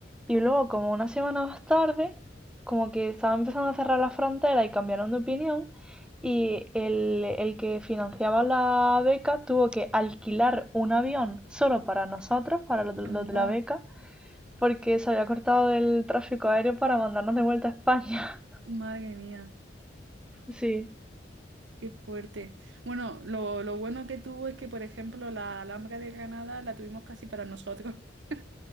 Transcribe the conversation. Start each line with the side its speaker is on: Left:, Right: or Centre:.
Centre: Y luego, como una semana más tarde, como que estaban empezando a cerrar la frontera y cambiaron de opinión. Y el, el que financiaba la beca tuvo que alquilar un avión solo para nosotros, para los, los
Right: anda,
Centre: de la beca, porque se había cortado el tráfico aéreo para mandarnos de vuelta a España.
Right: madre mía,
Centre: Sí.
Right: qué fuerte. Bueno, lo, lo bueno que tuvo es que, por ejemplo, la Alhambra de Granada la tuvimos casi para nosotros. <laughs>